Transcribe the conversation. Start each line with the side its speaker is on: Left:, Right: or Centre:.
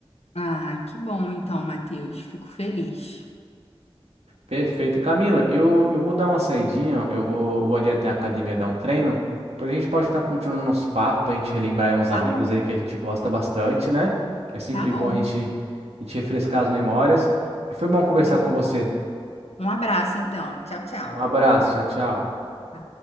Left: Ah, que bom então, Matheus. Fico feliz.
Right: Perfeito. Camila, eu, eu vou dar uma saidinha, eu vou, vou ali até a academia dar um treino. Depois a gente pode estar continuando nosso papo para a gente relembrar aí uns amigos
Left: Tá bom,
Right: aí que a gente gosta bastante, né? Que é sempre
Left: tá bom,
Right: bom a gente, a gente refrescar as memórias. E foi bom conversar
Left: tá bom.
Right: com você.
Left: Um abraço então. Tchau, tchau.
Right: Um abraço, tchau, tchau.
Left: Tá.